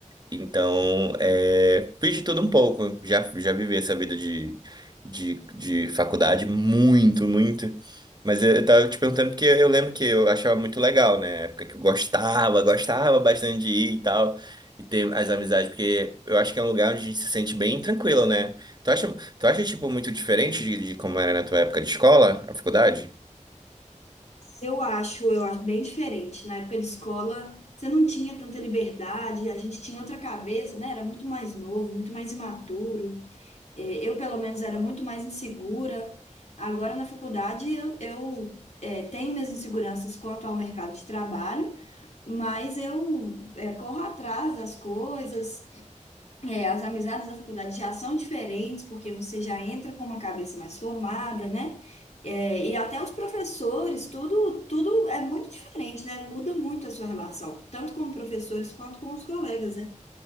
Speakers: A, on the right; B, on the left.
A: Então, é, fiz de tudo um pouco. Já, já vivi essa vida de, de, de faculdade muito, muito. Mas eu, eu tava te perguntando porque eu lembro que eu achava muito legal, né? Época que eu gostava, gostava bastante de ir e tal. E ter as amizades, porque eu acho que é um lugar onde a gente se sente bem tranquilo, né? Tu acha, tu acha tipo, muito diferente de, de como era na tua época de escola, a faculdade?
B: Eu acho, eu acho bem diferente. Na época de escola, você não tinha tanta liberdade, a gente tinha outra cabeça, né? Era muito mais novo, muito mais imaturo. É, Eu, pelo menos, era muito mais insegura. Agora, na faculdade, eu, eu, é, tenho minhas inseguranças quanto ao mercado de trabalho, mas eu, é, corro atrás das coisas. É, as amizades da faculdade já são diferentes, porque você já entra com uma cabeça mais formada, né? É, e até os professores, tudo, tudo é muito diferente, né? Muda muito a sua relação, tanto com professores quanto com os colegas, né?